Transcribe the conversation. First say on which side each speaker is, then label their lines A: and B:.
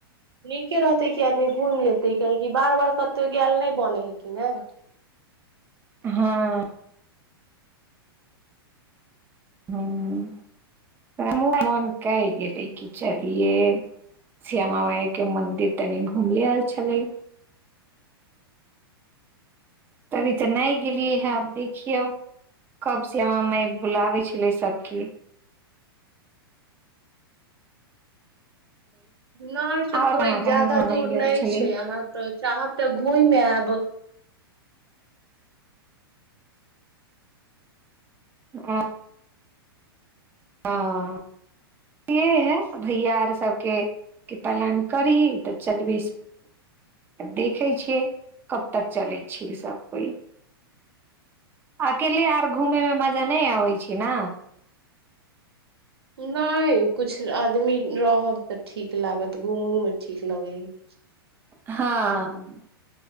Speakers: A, on the right (about 80°); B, on the right (about 15°).
A: नीके रहै छै। आदमी घूमि लेत तऽ नीक लागै छै, काहेकि बार-बार कतौ जायबो नहि होइ छै। बने ह क
B: हँ हँ, हमहूँक मोन कहलकै जे चलियै, श्यामा माइके मन्दिर तनि घुमि अयल जाय। तखन हमसभ ओतय घुमय गेल छलियै। <unintelligible> तऽ नहि गेलियै
A: हूँ
B: हे अब देखियौ कब श्यामा माइ सभकेँ बुलाबै छथि, से केओ नहि जनै छै।
A: नहि तऽ,
B: आओर
A: कोनो
B: कहाँ कहाँ
A: बेसी दूर
B: गेल
A: नहि
B: छली
A: छै। जखन चाहब, तखन घूमि आयब।
B: हँ हँ, ई तऽ हइ भैया। आर सभकेँ जँ मन करतै तऽ चलब। देखै छी, सभकेँ कहियासँ समय भेटै छै। अकेले घूमयमे तऽ मजा नहि अबै छै ने।
A: नहि, किछु आदमी रहत तऽ घूमयमे नीक लागत। एक-दोसरासँ गप्पो होइत रहै छै, तखन घूमयमे बेसी मजा अबै छै।
B: हँ,